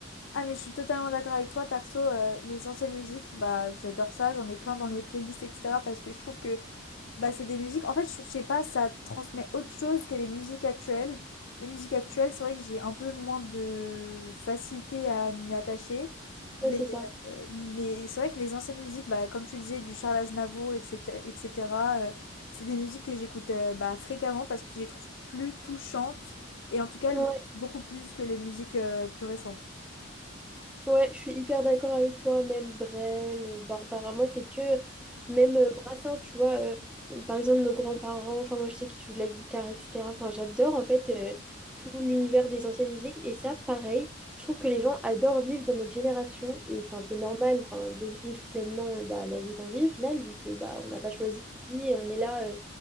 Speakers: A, on the left (about 65°); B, in the centre.
A: Ah, mais je suis totalement d'accord avec toi. Perso, euh, les anciennes musiques, bah, j'adore ça. J'en ai plein dans mes playlists, etc. Parce que je trouve que Bah, c'est des musiques. En fait, je je sais pas, ça transmet autre chose que les musiques actuelles. Les musiques actuelles, c'est vrai que j'ai un peu moins de facilité à m'y attacher. Mais,
B: Ouais, c'est ça.
A: euh, mais c'est vrai que les anciennes musiques, bah, comme tu disais, du Charles Aznavour, etc., etc., euh, c'est des musiques que j'écoute euh, bah, fréquemment parce que je les trouve plus touchantes. Et en tout cas,
B: Ouais,
A: elles m'attachent beaucoup plus que les musiques euh, plus récentes.
B: Ouais, je suis hyper d'accord avec toi, même Brel, euh, Barbara. Moi, c'est que même euh, Brassens, tu vois, euh, par exemple, nos grands-parents, enfin, moi, je sais qu'ils jouent de la guitare, etc. Enfin, j'adore en fait euh, tout l'univers des anciennes musiques. Et ça, pareil, je trouve que les gens adorent vivre dans notre génération et c'est un peu normal, enfin, de vivre pleinement euh, bah, la vie qu'on vit au final, vu que bah, on n'a pas choisi et on est là euh,